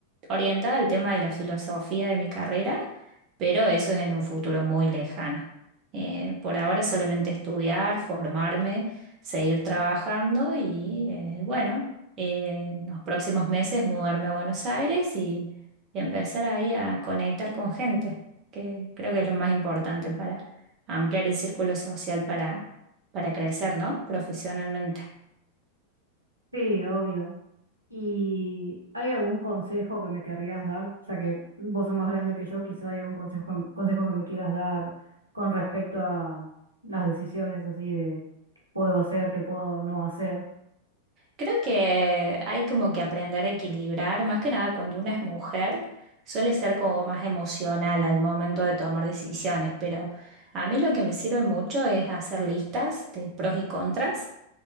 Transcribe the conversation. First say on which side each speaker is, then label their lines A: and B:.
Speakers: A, on the right; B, on the right.
A: orientada al tema de la filosofía de mi carrera pero eso es en un futuro muy lejano. Eh, por ahora solamente estudiar, formarme, seguir trabajando y eh, bueno, eh, en los próximos meses mudarme a Buenos Aires y, y empezar ahí a conectar con gente, que creo que es lo más importante para ampliar el círculo social para, para crecer, ¿no? Profesionalmente.
B: Sí, obvio. ¿Y hay algún consejo que me querrías dar? Ya que vos sos más grande que yo, quizá hay algún consejo, consejo que me quieras dar con respecto a las decisiones así de puedo hacer, qué puedo no hacer.
A: Creo que hay como que aprender a equilibrar, más que nada cuando una es mujer, suele ser como más emocional al momento de tomar decisiones, pero a mí lo que me sirve mucho es hacer listas de pros y contras